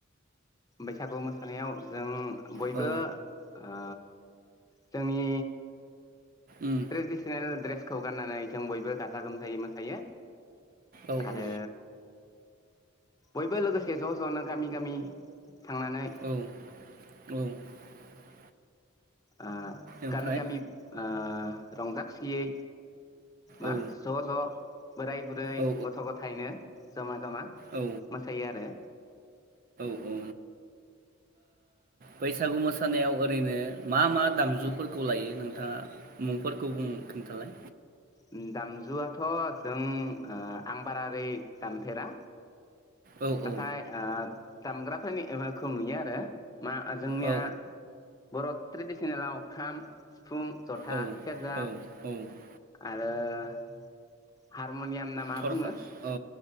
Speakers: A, on the left (about 20°); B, on the right (about 45°).
A: बैसागु मोसानायाव जों बयबो
B: औ
A: ओ जोंनि
B: उम
A: ट्रेडिसनेल द्रेस खौ गाननानै जों बयबो गाजा गोमजायै मोसायो।
B: औ
A: आरो
B: औ
A: बयबो लोगोसे ज' ज'नो गामि गामि थांनानै
B: औ <unintelligible>
A: आ
B: ओमफ्राय
A: गामि गामि ओ रंजाखुसियै मा
B: औ
A: ज' ज' बोराय बुरै
B: औ
A: गथ' गथायनो जमा जमा
B: औ
A: मोसायो आरो।
B: उ ओ बैसागु मोसानायाव ओरैनो मा मा दामजुफोरखौ लायो नोंथाङा मुंफोर खोबुं खोन्थालाय।
A: उम दामजुआथ' जों ओ आं बारारै दामफेरा
B: औ
A: नाथाय
B: औ
A: ओ दामग्राफोरनिखौ नुयो आरो मा जोंनिया
B: औ
A: बर' ट्रेन्सलेसन आव खाम सिफुं जथा
B: औ
A: सेरजा
B: औ औ <inaudible>
A: आरो हा हारिमुनियाम ना मा
B: थरखा
A: बुङो?
B: औ